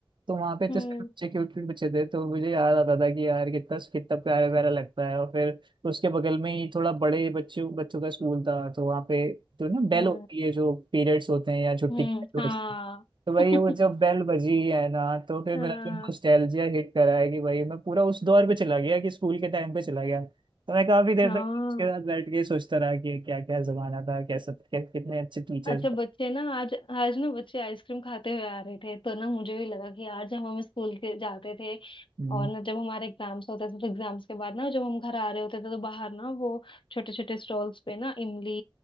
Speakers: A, on the right; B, on the left.
A: तो वहाँ पे इतने
B: हम्म
A: सारे बच्चे क्यूट क्यूट बच्चे थे तो मुझे याद आता था कि यार कितना कितना प्यारा प्यारा लगता है और फिर उसके बगल में ही थोड़ा बड़े बच्चों बच्चों का स्कूल था तो वहाँ पे जो ना बेल
B: हम्म
A: होती है जो पीरियड्स होते हैं या छुट्टी
B: हम्म
A: के time होते
B: हाँ
A: हैं, तो भाई
B: <laughs>
A: वो जब बेल बजी है ना तो फिर
B: हाँ
A: मेरा जो नॉस्टैल्जिया हिट करा है कि भाई मैं पूरा उस दौर पे चला गया कि स्कूल के टाइम पे चला गया तो मैं काफी देर
B: हाँ
A: तक उसके साथ बैठ के सोचता रहा कि क्या क्या जमाना था कैसा क्या, कितने अच्छे टीचर्स
B: अच्छा बच्चे ना आज आज ना बच्चे आइसक्रीम खाते हुए आ रहे थे तो ना मुझे भी लगा कि यार जब हम स्कूल के जाते थे
A: हम्म,
B: और ना जब हमारे एग्जाम्स होते थे तो एग्जाम्स के बाद ना जब हम घर आ रहे होते थे तो बाहर ना वो छोटे छोटे स्टॉल्स पे ना इमली